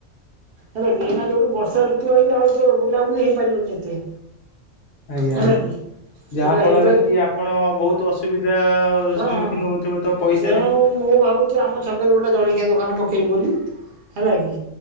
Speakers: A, on the right; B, on the left.
A: ହେଲା ଗିନା ଯୋଉଠୁ ବର୍ଷା ଋତୁ ଆଇଲା ଆଉ ତ ବୁଲାବୁଲି ହେଇପାରିବନି ଏତେ।
B: ଆଜ୍ଞା
A: ହେଲା କି।
B: ଯାହା
A: ସେଟା
B: ଫଳରେ
A: ହେଇପାରି
B: କି ଆ ପଣ ବହୁତ ଅସୁବିଧା
A: ହଁ।
B: ସମ୍ମୁଖୀନ ହେଉଥିବ ତ ପଇସାରେ।
A: ତେଣୁ ମୁଁ ଭାବୁଛି ଆମ ଛକରେ ଗୋଟେ ଜଳଖିଆ ଦୋକାନ ପକେଇବି ବୋଲି ହେଲା କି।